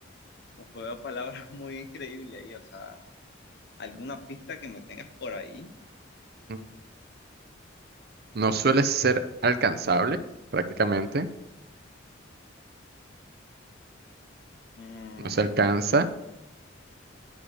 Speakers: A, on the left; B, on the right.
A: un juego de palabras <laughs> muy increíble ahí. O sea, ¿alguna pista que me tengas por ahí?
B: N- No suele ser alcanzable, prácticamente.
A: Mm,
B: No se alcanza.